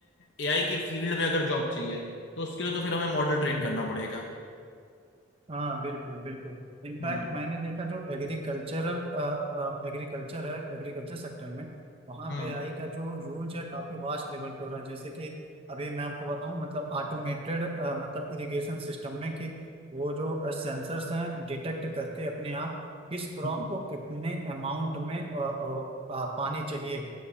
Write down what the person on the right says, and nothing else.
हम्म
हाँ बिल्कुल बिल्कुल इनफैक्ट
मैंने देखा जो एग्रीकल्चर एग्रीकल्चर है एग्रीकल्चर सेक्टर में वहाँ
पे आई का जो यूज है काफी वास्ट लेवल पे हो रहा है जैसे कि अभी मैं आपको बताऊँ मतलब ऑटोमेटेड मतलब इरिगेशन सिस्टम में कि वो जो सेंसर्स हैं डिटेक्ट करके अपने आप किस क्रॉप
को कितने अमाउंट में अ, अ, अ, पानी चाहिए